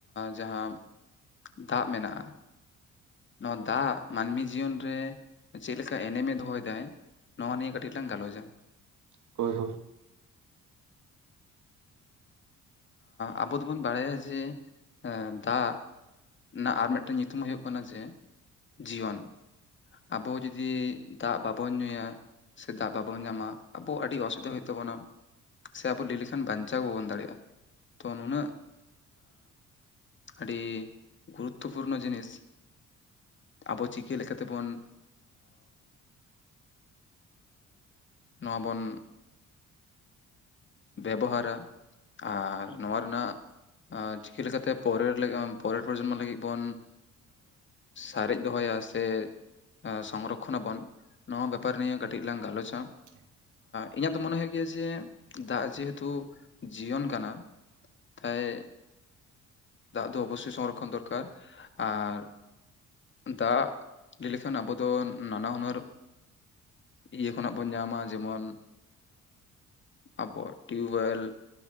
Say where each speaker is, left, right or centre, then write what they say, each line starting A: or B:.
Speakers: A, on the left; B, on the right.
A: ᱡᱟᱦᱟᱸ ᱫᱟᱜ ᱢᱮᱱᱟᱜᱼᱟ ᱱᱚᱣᱟ ᱫᱟᱜ ᱢᱟᱹᱱᱢᱤ ᱡᱤᱭᱚᱱ ᱨᱮ ᱪᱮᱫ ᱞᱮᱠᱟ ᱮᱱᱮᱢᱮ ᱫᱚᱦᱚᱭᱫᱟᱭ ᱱᱚᱣᱟ ᱱᱤᱭᱟᱹ ᱠᱟᱹᱴᱤᱡ ᱞᱟᱝ ᱜᱟᱞᱚᱪᱟ
B: ᱦᱳᱭ ᱦᱳᱭ
A: ᱟᱵᱚ ᱫᱚᱵᱚᱱ ᱵᱟᱲᱟᱭᱟ ᱡᱮ ᱫᱟᱜ ᱚᱱᱟ ᱟᱨ ᱢᱤᱫᱴᱮᱱ ᱧᱩᱛᱩᱢ ᱦᱩᱭᱩᱜ ᱠᱟᱱᱟ ᱡᱮ ᱡᱤᱭᱚᱱ ᱟᱵᱚ ᱡᱩᱫᱤ ᱫᱟᱜ ᱵᱟᱵᱚᱱ ᱧᱩᱭᱟ ᱥᱮ ᱫᱟᱜ ᱵᱟᱵᱚᱱ ᱧᱟᱢᱟ ᱟᱵᱚ ᱟᱹᱰᱤ ᱚᱥᱩᱵᱤᱫᱷᱟ ᱦᱩᱭᱩᱜ ᱛᱟᱵᱚᱱᱟ ᱥᱮ ᱟᱵᱚ ᱞᱟᱹᱭ ᱞᱮᱠᱷᱟᱱ ᱠᱷᱟᱱ ᱵᱟᱧᱪᱟᱣ ᱵᱟᱵᱚᱱ ᱫᱟᱲᱮᱭᱟᱜᱼᱟ ᱛᱚ ᱱᱩᱱᱟᱹᱜ ᱟᱹᱰᱤ ᱜᱩᱨᱩᱛᱛᱚᱯᱩᱨᱱᱚ ᱡᱤᱱᱤᱥ ᱟᱵᱚ ᱪᱤᱠᱟᱹ ᱞᱮᱠᱟᱛᱮᱵᱚᱱ ᱱᱚᱣᱟ ᱵᱚᱱ ᱵᱮᱵᱚᱦᱟᱨᱟ ᱟᱨ ᱱᱚᱣᱟ ᱨᱮᱱᱟᱜ ᱪᱤᱠᱟᱹ ᱞᱮᱠᱟᱛᱮ ᱯᱚᱨᱮᱨ ᱯᱚᱨᱮᱨ ᱯᱚᱨᱡᱚᱱᱢᱚ ᱞᱟᱹᱜᱤᱫ ᱵᱚᱱ ᱥᱟᱨᱮᱡ ᱫᱚᱦᱚᱭᱟ ᱥᱮ ᱥᱚᱢᱨᱚᱠᱷᱚᱱᱟᱵᱚᱱ ᱱᱚᱣᱟ ᱵᱮᱯᱟᱨ ᱱᱤᱭᱮ ᱠᱟᱹᱴᱤᱡ ᱞᱟᱝ ᱜᱟᱞᱚᱪᱟ
B: <inaudible>
A: ᱤᱧᱟᱹᱜ ᱫᱚ ᱢᱚᱱᱮ ᱦᱳᱭᱳᱜ ᱜᱮᱭᱟ ᱡᱮ ᱫᱟᱜ ᱡᱮᱦᱩᱛᱩ ᱡᱤᱭᱚᱱ ᱠᱟᱱᱟ ᱛᱟᱭ ᱫᱟᱜ ᱫᱚ ᱚᱵᱚᱥᱥᱳᱭ ᱥᱚᱝᱨᱚᱠᱷᱚᱱ ᱫᱚᱨᱠᱟᱨ ᱟᱨ ᱫᱟᱜ ᱞᱮ ᱞᱮᱠᱷᱟᱱ ᱟᱵᱚ ᱫᱚ ᱱᱟᱱᱟ ᱦᱩᱱᱟᱹᱨ ᱤᱭᱟᱹ ᱠᱷᱚᱱᱟᱜ ᱵᱚᱱ ᱧᱟᱢ ᱢᱟ ᱡᱮᱢᱚᱱ ᱟᱵᱚᱣᱟᱜ ᱴᱤᱭᱩᱵᱮᱞ